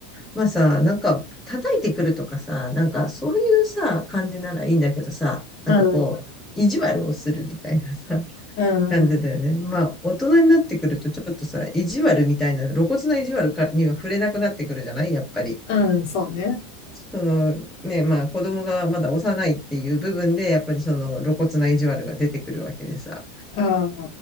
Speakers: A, in the centre; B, on the left.
A: まあさ、なんか、叩いてくるとかさ、なんか、そういうさ、感じならいいんだけどさ、なんかこう、
B: うん、
A: 意地悪をするみたいなさ、<laughs>
B: うん、
A: 感じだよね。まあ、大人になってくると、ちょっとさ、意地悪みたいな、露骨な意地悪かには触れなくなってくるじゃないやっぱり。
B: うん、そうね。
A: そのね、まあ子供がまだ幼いっていう部分で、やっぱりその露骨な意地悪が出てくるわけでさ。
B: ああ、